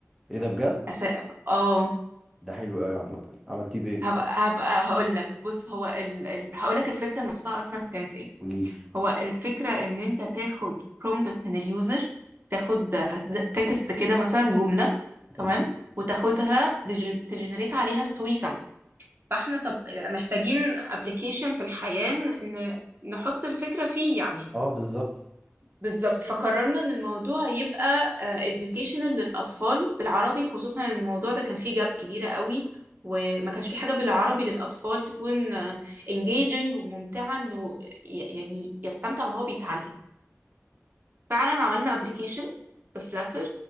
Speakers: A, in the centre; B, on the right.
A: إيه ده بجد
B: أس... اه
A: ده حلو قوي عامة عملتيه بإيه
B: هبقى هبقى هقول لك بص هو ال... ال... هقول لك الفكرة نفسها اصلا كانت ايه
A: قوليلي
B: هو الفكرة ان انت تاخد برومبت من اليوزر تاخد تكست كده مثلا جملة تمام
A: ماشي
B: وتاخدها تجن- تجنريت عليها ستوري كاملة فاحنا طب محتاجين ابلكيشن في الحياة ن- نحط الفكرة فيه يعني
A: أه بالظبط
B: بالظبط فقررنا ان الموضوع يبقى آه، educational للاطفال بالعربي خصوصا ان الموضوع ده كان فيه جاب كبيرة قوي وما كانش في حاجة بالعربي للأطفال تكون آه، engaging وممتعة إنه ي- يعني يستمتع وهو بيتعلم فعلا عملنا ابلكيشن بفلاتر